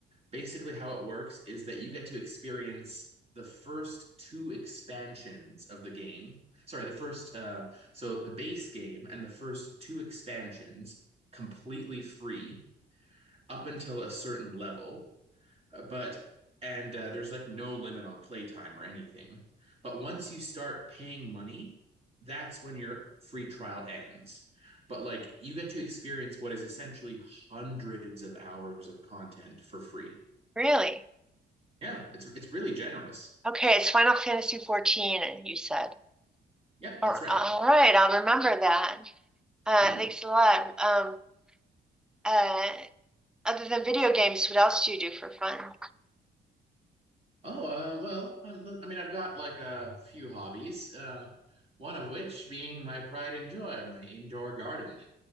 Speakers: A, on the right (about 30°); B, in the centre.
A: Basically how it works is that you get to experience the first two expansions of the game. Sorry, the first uh, so the base game and the first two expansions completely free up until a certain level. Uh, but and uh, there's like no limit on playtime or anything. But once you start paying money, that's when your free trial ends. But like you get to experience what is essentially hundreds of hours of content for free.
B: Really?
A: Yeah, it's it's really generous.
B: Okay, it's Final Fantasy 14, you said.
A: Yeah,
B: All
A: that's right.
B: all right, I'll remember that. Uh,
A: Hmm.
B: thanks a lot. Um, uh, other than video games, what else do you do for fun?
A: Oh, uh, well, i I mean, I've got like a few hobbies, uh, one of which being my pride and joy, my indoor garden.